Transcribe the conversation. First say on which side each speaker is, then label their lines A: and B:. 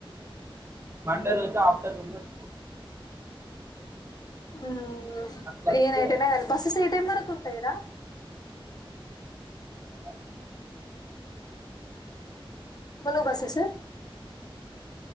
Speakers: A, on the right; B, on the left.
A: మండే రోజు ఆఫ్టర్నూన్
B: హమ్
A: అట్లయితే
B: ఏ నైట్ అయినగాని బస్ ఏ టైమ్ వరకు టైరా
A: అ
B: బ్లూ బసేస